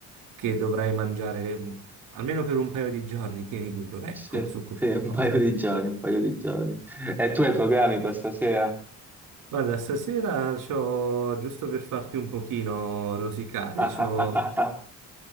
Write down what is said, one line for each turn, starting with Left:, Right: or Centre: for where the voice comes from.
Right: che dovrai mangiare, mm, almeno per un paio di giorni, tieni duro, ecco,
Centre: Sì,
Right: su queste
Centre: sì, un
Right: cose.
Centre: paio di giorni, un paio di giorni. E tu hai programmi per stasera?
Right: Guarda, stasera c'ho, giusto per farti un pochino rosicare,
Centre: <laughs>
Right: c'ho,